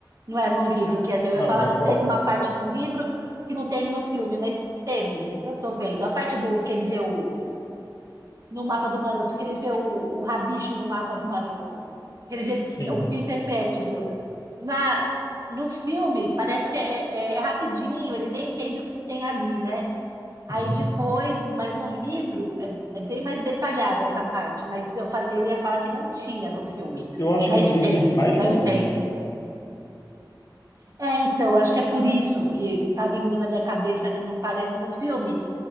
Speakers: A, on the right; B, on the left.
A: não é no livro que ia ter. Eu
B: Não,
A: ia falar
B: mas
A: que
B: qual?
A: teve uma parte no livro que não teve no filme, mas teve, eu tô vendo. A parte do que ele vê o, no mapa do Maroto, que ele vê o, o rabicho no mapa do Maroto, que ele vê
B: Sim.
A: o Peter Pettigrew. Na, no filme, parece que é, é- é rapidinho, ele nem entende o que tem ali, né? Aí
B: Uhum.
A: depois, mas no livro é, é bem mais detalhada essa parte, mas eu, fal- eu ia falar que não tinha no filme,
B: Eu acho
A: mas
B: que no livro
A: tem,
B: ele vem mais
A: mas
B: de uma vez.
A: tem. É, então, acho que é por isso que tá vindo na minha cabeça que não parece no filme,